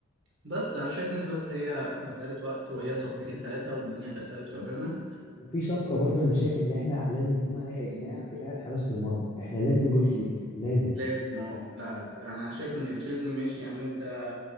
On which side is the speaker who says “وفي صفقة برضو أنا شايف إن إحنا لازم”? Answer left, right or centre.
Left